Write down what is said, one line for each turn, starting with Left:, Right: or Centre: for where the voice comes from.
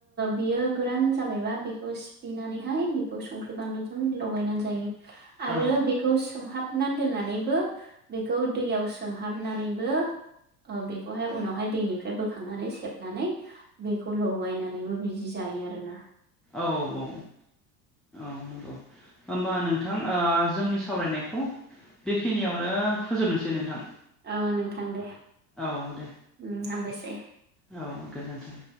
Right: बियो गोरान जाबायबा बेखौ सिफ्लेनानै हाय संख्रि बानलुजों लायनानै जायो आरो
Centre: औ
Right: बेखौ सोमहाब सोमहाबनानै दोननानैबो बेखौ दैयाव सोमहाबनानैबो ओ बेखौहाय उनावहाय दैनिफ्राय बोखांनानै सेबनानै बेखौ लगायनानैबो बिदि जायो। आरो ना?
Centre: औ औ औ औ नंगौ होनोमबा नोंथां। जोंनि सावरायनायखौ बेखिनियावनो फोजोबनोसै नोंथां।
Right: औ नोंथां दे।
Centre: औ दे
Right: उम हामबायसै
Centre: औ गोजोन्थों।